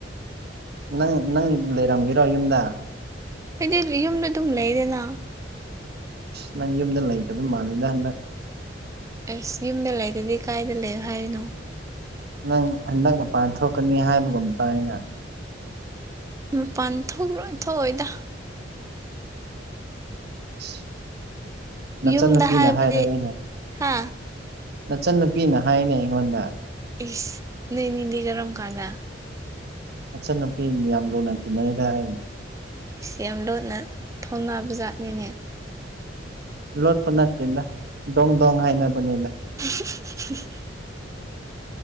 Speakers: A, on the right (about 60°); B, on the right (about 20°).
A: ꯅꯪ ꯅꯪ ꯂꯩꯔꯝꯒꯦꯔꯣ ꯌꯨꯝꯗ
B: ꯍꯥꯏꯗꯤ ꯌꯨꯝꯗ ꯑꯗꯨꯝ ꯂꯩꯗꯦꯅ
A: ꯑꯁ ꯅꯪ ꯌꯨꯝꯗ ꯂꯩꯇꯕ ꯃꯥꯜꯂꯤꯗ ꯍꯟꯗ
B: ꯑꯁ ꯌꯨꯝꯗ ꯂꯩꯗꯗꯤ ꯀꯥꯏꯗ ꯂꯩꯌꯣ ꯍꯥꯏꯔꯤꯅꯣ
A: ꯅꯪ ꯅꯪ ꯃꯄꯥꯟ ꯊꯣꯛꯀꯅꯤ ꯍꯥꯏꯕꯒꯨꯝꯇ ꯑꯩꯅ
B: ꯃꯄꯥꯟ ꯊꯣꯛꯔꯣꯏ ꯊꯣꯛꯑꯣꯏꯗ
A: ꯑꯁ ꯅꯆꯟꯅꯨꯄꯤꯅ
B: ꯌꯨꯝꯗ ꯍꯥꯏꯕꯗꯤ
A: ꯍꯥꯏꯔꯛꯢꯅꯦ
B: ꯍꯥ
A: ꯅꯆꯟꯅ ꯅꯨꯄꯤꯅ ꯍꯥꯏꯅꯦ ꯑꯩꯉꯣꯟꯗ
B: ꯏꯁ ꯅꯣꯏ ꯅꯤꯡꯗꯤ ꯀꯔꯝ ꯀꯥꯟꯗ
A: ꯅꯆꯟ ꯅꯨꯄꯤ ꯌꯥꯝ ꯂꯨꯅ ꯇꯤꯟꯅꯩꯗ ꯑꯩ
B: ꯑꯩꯁ ꯌꯥꯝ ꯂꯨꯅ ꯊꯧꯅꯥ ꯖꯥꯠꯅꯤꯅꯦ
A: ꯂꯣꯠꯄꯅ ꯆꯅ ꯗꯣꯡ ꯗꯣꯡ ꯍꯥꯏꯅꯕꯅꯅ
B: <unintelligible>